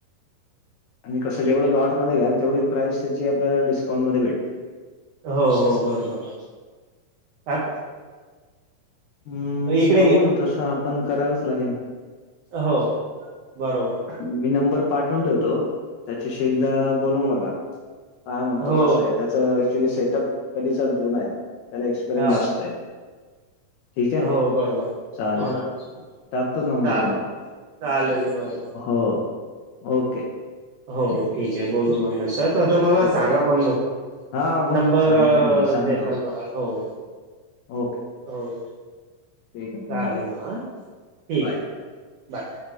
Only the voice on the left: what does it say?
आणि कसं जेवढं लॉटमध्ये घ्याल, तेवढी प्राईस त्याची आपल्याला डिस्काउंट मध्ये भेटते.
हम्म
बघू ना तसं आपण करायलाच, लागेल.
मी नंबर पाठवून ठेवतो, त्याच्याशी एकदा बोलून बघा. काय म्हणतो
कसं आहे, त्याच ऍक्च्युली सेटअप कलीचा जुणा आहे. त्याला एक्सपरिनस
जास्त आहे. <inaudible> आहे
चालेल
टाकतो
नंबर
तुम्हाला
हो ओके.
हो
हां मग
सांगतो मी सांगतो
ओके
ठीक आहे
बाय.